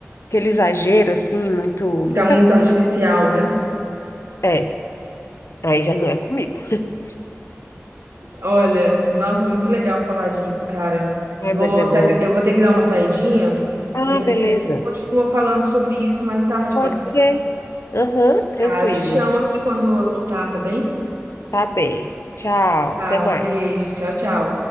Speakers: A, on the left (about 65°); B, on the right (about 75°).
A: aquele exagero, assim, muito,
B: Fica
A: muita,
B: muito artificial,
A: muito,
B: né?
A: é, aí já não é comigo. <laughs>
B: Olha, nossa, muito legal falar disso, cara.
A: Ai,
B: Vou
A: mas é bom.
B: ter, eu vou ter que dar uma saidinha
A: Ah,
B: e aí
A: beleza.
B: a gente continua falando sobre isso mais tarde,
A: Pode
B: pode ser?
A: ser. Aham, tranquilo.
B: Tá, eu te chamo aqui quando eu voltar, tá bem?
A: Tá bem. Tchau,
B: Tá,
A: até mais.
B: um beijo, tchau, tchau.